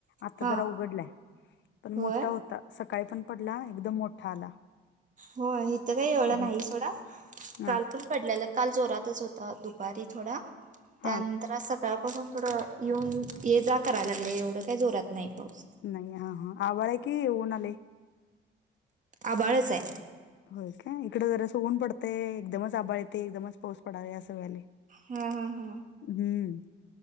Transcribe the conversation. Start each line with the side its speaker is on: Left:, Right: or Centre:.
Left: आता
Right: हा
Left: जरा उघडलाय. पण
Right: होय
Left: मोठा होता सकाळी पण पडला एकदम मोठा आला.
Right: हो इिथं काही एवढं
Left: हम्म.
Right: नाही सोडा
Left: हा
Right: काल पण. पडल्याला काल जोरातच होता दुपारी थोडा त्यानंतर
Left: हा
Right: सकाळ. पासून थोडं येऊन ये जा करायला लागले एवढं काही जोरात नाही. पाऊस
Left: नाही हा हा आभाळ आहे की ऊन आलय.
Right: आभाळच आहे.
Left: हो काय इकडें जरास ऊन पडतंय एकदमच आभाळ येते एकदमच पाऊस पडाला असं व्हायलय.
Right: हा हा हा.
Left: हम्म